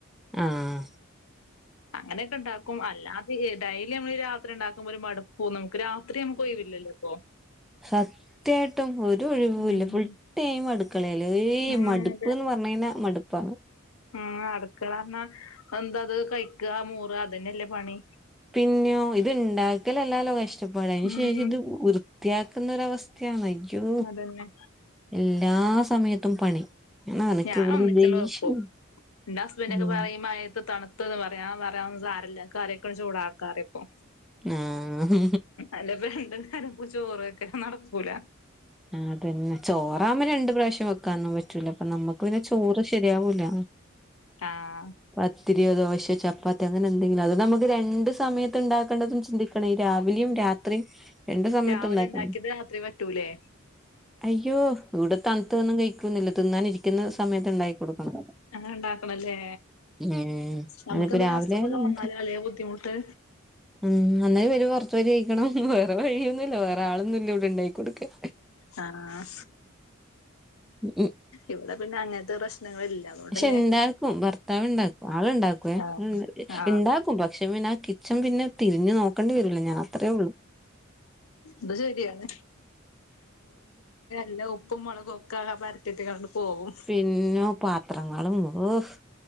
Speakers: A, in the centre; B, on the left.
A: അഹ്
B: അങ്ങനെയൊക്കെ ഇണ്ടാക്കും അല്ലാതെ ഡെയിലി നമ്മള് രാത്രി ഇണ്ടാക്കുമ്പോൾ ഒരു മടു പോന്നും നമുക്ക് രാത്രി നമുക്ക് ഒഴിവില്ലല്ലോ ഇപ്പൊ
A: സത്യമായിട്ടും ഒരു ഒഴിവൂല്ല
B: ഉം
A: ഫുൾ ടൈം അടുക്കളല്ലേ ഏയ്
B: ഉം
A: മടുപ്പ്
B: അതെ
A: എന്ന് പറഞ്ഞ കഴിഞ്ഞാൽ മടുപ്പാണ്
B: ഉം അടുക്കള പറഞ്ഞാ എന്താത് കഴിക്കുക മേറ അത് തന്നെയല്ലേ പണി
A: പിന്നെയോ ഇത് ഇണ്ടാക്കലല്ലാലോ കഷ്ടപ്പാട അയിന്
B: ഉം
A: ശേഷം ഇത് വൃ ത്തിയാക്കുന്നരവസ്ഥയാണ് അയ്യോ
B: അതന്നെ
A: എല്ലാ സമയത്തും പണി ഞാ എനക്ക്
B: ഞാൻ
A: ഇവിടുന്ന്
B: ഒന്നിച്ചെന്ന്
A: ദേഷ്യം
B: വെക്കും ഇന്റെ ഹസ്ബൻഡ്
A: ഉം
B: ഒക്കെ പറയും ഈ മഴത്തെ തണു തണുപ്പ്ന്ന് പറയാ ഞാൻ പറയാ സാരില്ല കറിയൊക്കെ ചൂടക്കാ ഇപ്പൊ
A: ആഹ്
B: അല്ല രണ്ട് നേരം ചോറ് വെക്കൽ നടക്കൂല
A: അതെനെ ചോറാക്കുബോ രണ്ട് പ്രാവശ്യം വെക്കൊന്നും പറ്റൂല ഇപ്പ നമ്മുക്ക് പിന്നെ ചോറ് ശരിയാവൂല
B: അഹ്
A: പത്തിരിയോ ദോശയോ ചപ്പാത്തി അങ്ങനെ എന്തെങ്കിലും അതോ നമുക്ക് രണ്ട് സമയത്ത് ഉണ്ടാക്കേണ്ടതും ചിന്തി ക്കണേ രാവിലെയും രാത്രിയും രണ്ട് സമയത്ത്
B: രാവിലെ
A: ഉണ്ടാക്കണം
B: ഇണ്ടാക്കിയത് രാത്രി പറ്റൂലേ
A: അയ്യോ ഇവിടെ തണുത്തൊന്നും കഴിക്കുന്നില്ല തിന്നാൻ ഇരിക്കുന്ന സമയത്ത് ഇണ്ടായി കൊടുക്കണം
B: അങ്ങനെ ഉണ്ടാക്കണല്ലേ
A: ഉം
B: നമുക്ക്
A: അതിപ്പോ
B: എന്തേലും
A: രാവിലെ
B: അസുഖൊക്കെ
A: ആയാലും
B: വന്നാല് അല്ലെ ബുദ്ധിമുട്ട്
A: ഉം അന്നാല് ഇവര് പൊറത് പോയി കയിക്കണം വേറെ വഴിയൊന്നുല്ല വേറെ ആളൊന്നും ഇല്ല ഇവിടെ ഉണ്ടായി കൊടുക്കാൻ
B: അഹ്
A: ഉം
B: ഇവിടെ പിന്നെ അങ്ങനത്തെ പ്രശ്നങ്ങളില്ല അതുകൊണ്ടന്നെ
A: പക്ഷെ ഇണ്ടാക്കും ഭർത്താവ് ഉണ്ടാക്കും ആളുണ്ടാക്കുവേ
B: ആഹ് ആഹ്
A: ഉണ്ട ക്കു പക്ഷെ പിന്നെ ആ കിച്ചൺ പിന്നെ തിരിഞ്ഞു നോ ക്കണ്ടി വരില്ല ഞാ അത്രേ ഉള്ളു
B: അത് ശരിയാണ് ഇല്ല ഉപ്പും മുളകും ഒഒക്കെങ്ങനാ പരതിട്ടാണ്ട് അങ് പോകും
A: പിന്നെ പാത്രങ്ങളും ഒഹ്